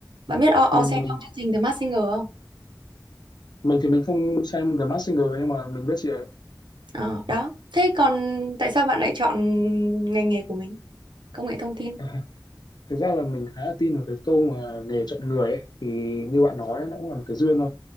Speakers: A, on the right (about 85°); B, on the left (about 65°).
A: Bạn biết O-
B: Mình
A: Osen
B: mình
A: trong chương trình The Masked Singer không?
B: mình thì mình không xem The Masked Singer nhưng mà mình biết chị ấy.
A: Ờ, đó. Thế còn tại sao bạn lại chọn ngành nghề của mình? Công nghệ thông tin.
B: <laughs> Thực ra là mình khá là tin vào cái câu mà nghề chọn người ấy. Thì như bạn nói ấy, nó cũng là một cái duyên thôi.